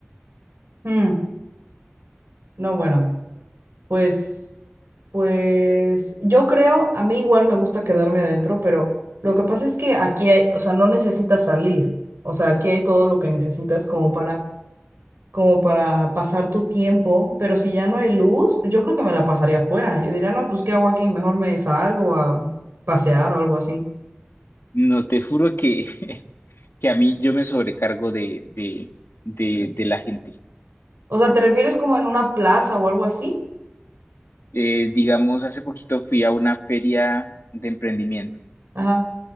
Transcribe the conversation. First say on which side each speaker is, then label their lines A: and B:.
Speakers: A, on the right (about 75°); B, on the left (about 70°).
A: mm. No, bueno, pues, pues yo creo, a mí igual me gusta quedarme adentro, pero lo que pasa es que aquí hay, o sea, no necesitas salir, o sea, aquí hay todo lo que necesitas como para como para pasar tu tiempo, pero si ya no hay luz, pues yo creo que me la pasaría afuera. Yo diría, no, pues ¿qué hago aquí? Mejor me salgo a pasear o algo así.
B: No, te juro que, <laughs> que a mí yo me sobrecargo de, de, de, de la gente.
A: O sea, ¿te refieres como en una plaza o algo así?
B: Eh, digamos, hace poquito fui a una feria de emprendimiento.
A: Ajá,